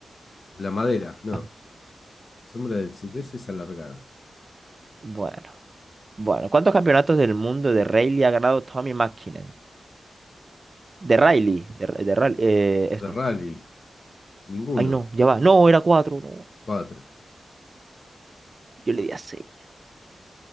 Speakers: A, on the left; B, on the right.
A: La madera, no.
B: Ah,
A: Sombra de cipreses alargada.
B: Bueno, bueno. ¿Cuántos campeonatos del mundo de Rayleigh ha ganado Tommy McKinnon? De Riley, de, de Riley, eh, esto.
A: The Rally, ninguno.
B: Ay, no, ya va. No, era cuatro, no.
A: Cuatro.
B: Yo le di a seis.